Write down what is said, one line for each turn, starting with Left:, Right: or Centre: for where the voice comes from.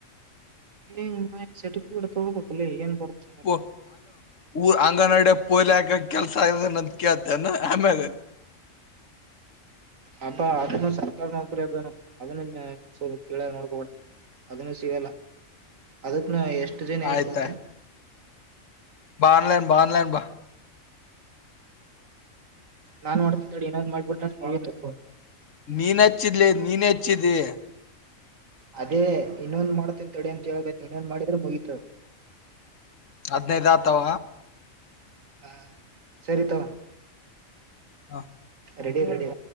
Right: ಏ ಮಗನೆ ಸರ್ಟಿಫಿಕೇಟ್ ತೋಗಬೇಕಲೆ ಏನ್ ಬರುತ್ತೆ
Left: <unintelligible> ಊರ್ ಅಂಗನವಾಡಿ ಪೋಲಿಯೊ ಹಾಕೋ ಕೆಲ್ಸ ಇದಾನಂತ್ ಕೇತ್ತೇನು ಆಮ್ಯಾಗೆ.
Right: ಅಪ್ಪ ಅದನು ಸರ್ಕಾರಿ ನೌಕರಿ ಅದುನು ಅದನ್ನ ಸ್ವಲ್ ಕೀಳಾಗ್ ನೋಡ್ಕೋಬೇಡ ಅದನ್ನು ಸಿಗಲ್ಲ ಅದಕ್ನು ಎಷ್ಟ್ ಟುಡೇ ನೈಟ್
Left: ಆಯ್ತಾಯ್
Right: ಗೊತ್ತ.
Left: ಬಾ ಆನ್ಲೈನ್ ಬಾ ಆನ್ಲೈನ್. ಬಾ
Right: ನಾನ್ ಮಾಡ್ತೀನಿ ತಡಿ ಇನ್ನೊಂದ್ ಮಾಡ್ಬಿಟ್ರೆ ಆಗೊಯ್ತಪ್ಪ.
Left: ನೀನಚ್ಚಿದಲೇ ನೀನೆ ಹಚ್ಚಿದಿ.
Right: ಅದೇ ಇನ್ನೊಂದ್ ಮಾಡ್ತೀನಿ ತಡಿ ಅಂತೇಳಕತಿ ಇನ್ನೊಂದ ಮಾಡಿದ್ರೆ ಮುಗತು.
Left: ಹದಿನೈದ್ ಆತವ.
Right: ಹಾ ಸರಿ ತಗೋ.
Left: ಹಾ
Right: ರೆಡಿ ರೆಡಿ